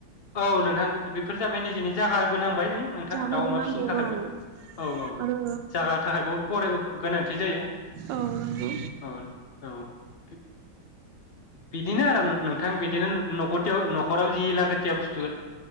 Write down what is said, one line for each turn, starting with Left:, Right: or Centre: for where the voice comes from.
Left: औ नोंथां बेफोर जाबाय निजिनि जागाबो नोंथां बेबादिनो नोंथां
Right: जाहोबो
Left: दाउ अमा
Right: नांगौ
Left: फिसिनि थाखायबो
Right: औ
Left: औ औ
Right: आरो
Left: जागा थाखायबो फराय गोनां थि जायो
Right: औ नंगौ
Left: अन औे बिदिनो आरो नोंथां बिदिनो नथथियाव नखराव जि लागोथिया बुस्थु